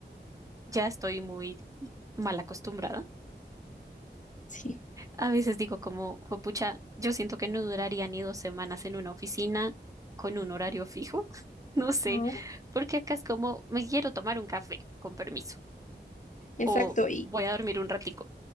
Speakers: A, on the right; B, on the left.
A: ya estoy muy mal acostumbrada.
B: Sí.
A: A veces digo como, pucha, yo siento que no duraría ni dos semanas en una oficina con un horario fijo. <laughs> No sé,
B: Ajá.
A: porque acá es como, me quiero tomar un café, con permiso,
B: Exacto,
A: o
B: y
A: voy a dormir un ratico.